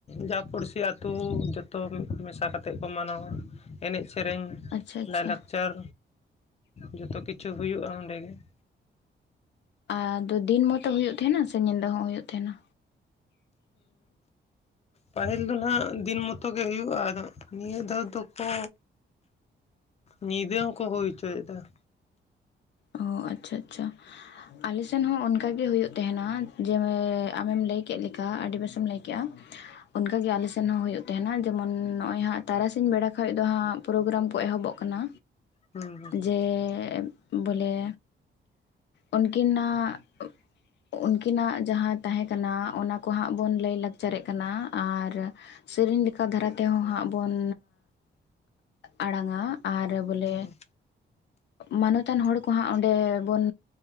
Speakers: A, on the left; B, on the left.
A: ᱡᱟ ᱯᱩᱲᱥᱤ ᱟᱛᱩ ᱡᱚᱛᱚᱢ ᱢᱮᱥᱟ ᱠᱟᱛᱮᱜ ᱠᱚ ᱢᱟᱱᱟᱣᱟ ᱮᱱᱮᱡ, ᱥᱮᱨᱮᱧ,
B: ᱟᱪᱪᱷᱟ ᱟᱪᱪᱷᱟ
A: ᱞᱟᱭᱼᱞᱟᱠᱪᱟᱨ ᱡᱚᱛᱚ ᱠᱤᱪᱷᱩ ᱦᱩᱭᱩᱜᱼᱟ ᱚᱸᱰᱮ ᱜᱮ ᱾
B: ᱟᱻᱫᱚ ᱫᱤᱱ ᱢᱚᱛᱚ ᱦᱩᱭᱩᱜ ᱛᱷᱮᱦᱮᱱᱟ ᱥᱮ ᱧᱤᱫᱟᱹ ᱦᱚᱸ ᱦᱩᱭᱩᱜ ᱛᱷᱮᱦᱮᱱᱟ?
A: ᱯᱟᱹᱦᱤᱞ ᱫᱚ ᱱᱟᱦᱟᱜ ᱫᱤᱱ ᱢᱚᱛᱚ ᱜᱮ ᱦᱩᱭᱩᱜᱼᱟ, ᱟᱫᱚ ᱱᱤᱭᱟᱹ ᱫᱷᱟᱣ ᱫᱚᱠᱚ ᱧᱤᱫᱟᱹ ᱦᱚᱸᱠᱚ ᱦᱩᱭ ᱦᱚᱪᱚᱭᱮᱫᱟ ᱾
B: ᱚᱸ, ᱟᱪᱪᱷᱟ ᱟᱪᱪᱷᱟ ᱾ ᱟᱞᱮ ᱥᱮᱱ ᱦᱚᱸ ᱚᱱᱠᱟᱜᱮ ᱦᱩᱭᱩᱜ ᱛᱟᱸᱦᱮᱱᱟ ᱡᱮᱢᱮ ᱟᱢᱮᱢ ᱞᱟᱹᱭ ᱠᱮᱜ ᱞᱮᱠᱟ ᱟᱰᱤ ᱵᱮᱥᱮᱢ ᱞᱟᱹᱭ ᱠᱮᱜᱼᱟ ᱾ ᱚᱱᱠᱟ ᱜᱮ ᱟᱞᱮ ᱥᱮᱱ ᱦᱚᱸ ᱦᱩᱭᱩᱜ ᱛᱟᱸᱦᱮᱱᱟ, ᱡᱮᱢᱚᱱ ᱱᱚᱜᱼᱚᱭ ᱦᱟᱸᱜ ᱛᱟᱨᱟᱥᱤᱧ ᱵᱮᱲᱟ ᱠᱷᱚᱡ ᱫᱚ ᱦᱟᱸᱜ ᱯᱨᱳᱜᱨᱟᱢ ᱠᱚ ᱮᱦᱚᱵᱚᱜ ᱠᱟᱱᱟ
A: ᱦᱩᱸ
B: ᱡᱮ ᱵᱚᱞᱮ ᱩᱱᱠᱤᱱᱟᱜ ᱩᱱᱠᱤᱱᱟᱜ ᱡᱟᱦᱟᱸ ᱛᱟᱦᱮᱸ ᱠᱟᱱᱟ ᱚᱱᱟ ᱠᱚᱦᱟᱸᱜ ᱵᱚᱱ ᱞᱟᱹᱭ ᱞᱟᱹ ᱪᱟᱨᱮᱜ ᱠᱟᱱᱟ ᱟᱨ ᱥᱮᱨᱮᱧ ᱞᱮ ᱚᱠᱟ ᱫᱷᱟᱨᱟ ᱛᱮᱦᱚᱸ ᱦᱟᱸᱜ ᱵᱚᱱ ᱟᱲᱟᱝᱟ ᱟᱨ ᱵᱚᱞᱮ
A: ᱦᱩᱸ
B: ᱢᱟᱱᱚᱛᱟᱱ ᱦᱚᱲ ᱠᱚ ᱦᱟᱸᱜ ᱚᱸᱰᱮᱻ ᱵᱚᱱᱻ